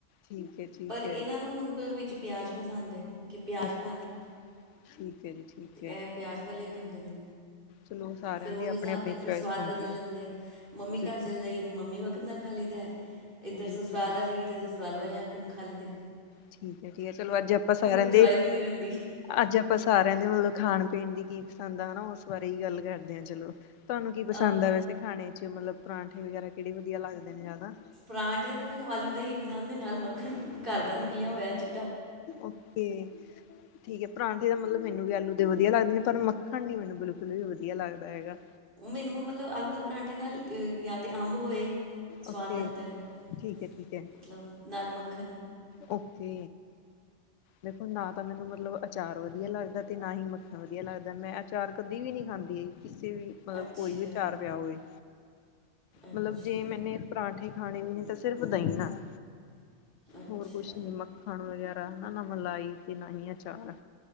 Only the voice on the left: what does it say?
ਠੀਕ ਹੈ ਠੀਕ
ਹੈ।
ਓਕੇ।
ਠੀਕ ਹੈ ਜੀ ਠੀਕ
ਹੈ
ਚਲੋ ਸਾਰਿਆਂ
ਦੀ
ਆਪਣੀ ਆਪਣੀ
ਚੋਇਸ
ਹੁੰਦੀ
ਹੈ।
ਬਿਲਕੁਲ।
ਬਿਲਕੁਲ
ਬਿਲਕੁਲ
ਠੀਕ ਹੈ, ਠੀਕ ਹੈ ਚਲੋ ਅੱਜ ਆਪਾਂ ਸਾਰਿਆ
ਅੱਜ ਆਪਾਂ ਸਾਰਿਆਂ ਦੇ ਮਤਲਬ ਖਾਣ ਪੀਣ ਦੀ ਕੀ ਪਸੰਦ ਆ ਨਾ ਉਸ ਬਾਰੇ ਹੀ ਗੱਲ ਕਰਦੇ ਆ ਚਲੋ। ਤੁਹਾਨੂੰ ਕੀ ਪਸੰਦ
ਆ ਵੈਸੇ ਖਾਣੇ ਚ, ਮਤਲਬ ਪਰਾਂਠੇ ਵਗੈਰਾ ਕਿਹੜੇ ਵਧੀਆ ਲੱਗਦੇ ਨੇ ਜਿਆਦਾ।
ਓਕੇ, ਠੀਕ ਹੈ ਪਰਾਂਠੇ ਦਾ ਮਤਲਬ ਮੈਨੂੰ ਵੀ ਆਲੂ ਦੇ ਵਧੀਆ ਲੱਗਦੇ ਨੇ ਪਰ ਮੱਖਣ ਨੀ ਮੈਨੂੰ ਬਿਲਕੁਲ ਵੀ ਵਧੀਆ ਲੱਗਦਾ ਹੈਗਾ।
ਓਕੇ
ਠੀਕ ਹੈ ਠੀਕ
ਹੈ
ਓਕੇ ਦੇਖੋ ਨਾ, ਤਾਂ ਮੈਨੂੰ ਮਤਲਬ ਅਚਾਰ ਵਧੀਆ ਲੱਗਦਾ ਤੇ ਨਾ ਹੀ ਮੱਖਣ ਵਧੀਆ ਲੱਗਦਾ ਮੈਂ ਅਚਾਰ ਕਦੇ ਵੀ ਨਹੀਂ ਖਾਂਦੀ ਕਿਸੇ ਵੀ ਮਤਲਬ
ਕੋਈ ਵੀ ਚਾਰ ਪਿਆ ਹੋਵੇ।
ਮਤਲਵ ਜੇ ਮੈਨੇ ਪਰਾਠੇ ਖਾਣੇ ਵੀ ਨੇ, ਸਿਰਫ ਦਹੀਂ ਨਾਲ,
ਹੋਰ ਕੁਛ ਨੀ ਮੱਖਣ ਵਗੈਰਾ ਨਾ ਮਲਾਈ ਤੇ, ਨਾ ਹੀ ਅਚਾਰ।